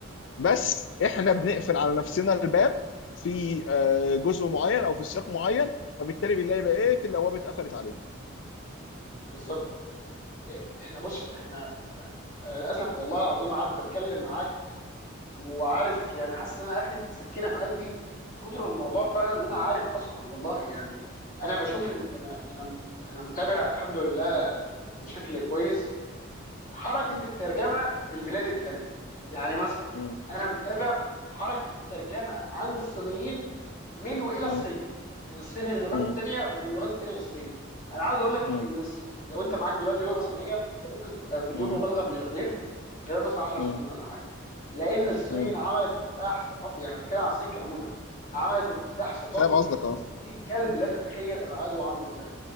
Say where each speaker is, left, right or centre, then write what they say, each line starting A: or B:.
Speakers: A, on the left (about 60°); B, on the left (about 40°).
A: بس
B: بالظبط
A: احنا بنقفل على نفسنا الباب في آه، جزء معين او في سياق معين فبالتالي بنلاقي بقيه الابواب اتقفلت علينا
B: بالظبط إيه، احنا بص احنا يعني انا للاسف والله العظيم عارف بتكلم معاك وعارف يعني حاسس ان انا اخد سكينه في قلبي وكتر ما الموضوع فعلا إن انا
A: مم.
B: عارف اصلا والله يعني انا بشوف ان انا انا انا متابع الحمد لله بشكل كويس حركة
A: مم.
B: الترجمة في البلاد التانية يعني مثلا
A: مم.
B: أنا متابع حركة الترجمة عند الصينيين من وإلى
A: مم.
B: الصيني من الصيني للغات
A: مم.
B: التانية ومن اللغات التانية للصيني أنا عاوز أقول لك
A: مم.
B: إن الص- لو أنت معاك دلوقتي لغة صينية أنت ممكن تبقى بدون
A: مم.
B: مبالغة ملياردير خلال مثلا 10
A: مم.
B: سنين ولا حاجه لان الصين
A: مم.
B: عملت انفتاح ثقافي يعني بتكلم على الصين كنموذج عملت انفتاح ثقافي
A: فاهم قصدك
B: ابن
A: اه
B: 60 كلب لا تتخيل ابعاده عامله ازاي